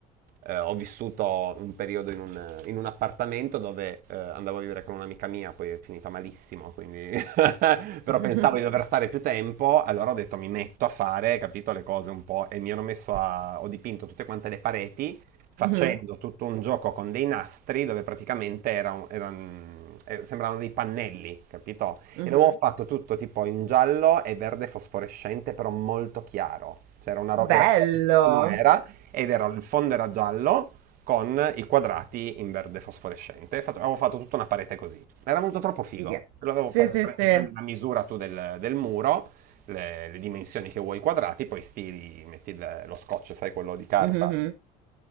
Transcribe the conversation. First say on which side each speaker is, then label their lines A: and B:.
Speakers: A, on the right; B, on the right.
A: eh, ho vissuto un periodo in un, in un appartamento dove eh, andavo a vivere con un'amica mia, poi è finita malissimo, quindi <laughs> però
B: <laughs>
A: pensavo di dover stare più tempo, allora ho detto mi metto a fare, capito, le cose un po' e mi hanno messo a... ho dipinto tutte quante le pareti facendo
B: Mhm,
A: tutto un gioco con dei nastri dove praticamente era un- era un- eh, sembravano dei pannelli, capito?
B: mhm.
A: E l'avevo fatto tutto tipo in giallo e verde fosforescente, però molto chiaro. Cioè era una roba,
B: Bello.
A: era bellissimo, era, ed era, il fondo era giallo con i quadrati in verde fosforescente. Fatto- avevo fatto tutta una parete così. Era venuto troppo figo.
B: Figa.
A: Lo avevo
B: Sì,
A: fatto,
B: sì,
A: prendi,
B: sì. Mhm,
A: prendi la misura tu del, del muro, le, le dimensioni che vuoi quadrati, poi stiri, metti il- lo scotch, sai, quello di carta
B: mhm.